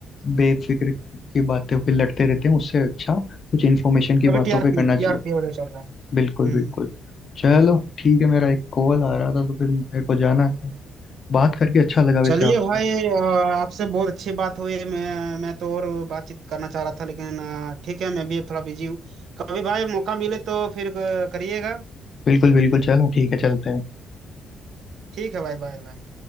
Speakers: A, on the left; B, on the right.
A: बेफिक्र की बातें पे लड़ते रहते हैं उससे अच्छा कुछ इन्फॉर्मेशन की
B: अभी
A: बातों
B: टीआरपी
A: पे करना
B: टीआरपी
A: चाहिए
B: वाले चल रहा है
A: बिल्कुल
B: हम्म
A: बिल्कुल चलो ठीक है मेरा एक कॉल आ रहा था तो फिर मेरे को जाना था बात करके अच्छा लगा
B: चलिए
A: वैसे आपसे
B: भाई अ, आपसे बहुत अच्छी बात हुई मैं मैं तो और बातचीत करना चाह रहा था लेकिन अ, ठीक है मैं भी थोड़ा बिजी हूँ कभी भाई मौका मिले तो फिर अ, करिएगा
A: बिल्कुल बिल्कुल चलो ठीक है चलते हैं
B: ठीक है भाई बाय बाय